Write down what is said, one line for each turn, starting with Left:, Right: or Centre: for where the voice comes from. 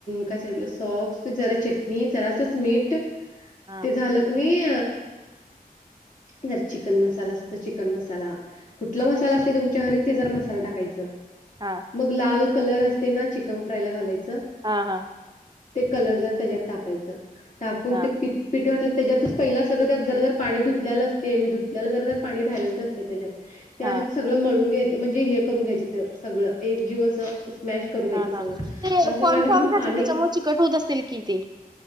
Left: काय सांगितलं सॉस जरा चटणी जरासच मीठ.
Right: हा
Left: ते झालं कनी जरा चिकन मसाला असल तर चिकन मसाला. कुठल मसाला असते तुमच्या घरी ते जरा मसाल टाकायचं.
Right: हा.
Left: मग लाल कलर असते ना चिकन फ्राय ला घालायचं.
Right: हा. हा.
Left: ते कलर जर त्याच्यात टाकायचं टाकून
Right: हा
Left: ते पिट पीठ घातल त्याच्यातच पहिला सगळं त्यात जरा जरा पाणी धुतलेलं असते मी धुतलेल्या जरा जरा पाणी राहिलंच असते त्याच्यात त्याआधी
Right: हा
Left: सगळं मळून घ्यायचं म्हणजे हे करून घ्यायचं ते सगळं एकजीव असं स्मॅश करून घ्यायचं
Right: हा
Left: सगळं
Right: हा ते
Left: काय सांगा
Right: कॉर्नफ्लॉवर
Left: आणि तुम्ही
Right: घातले
Left: पाणी
Right: त्याच्यामुळे चिकट होत असतील कि ते?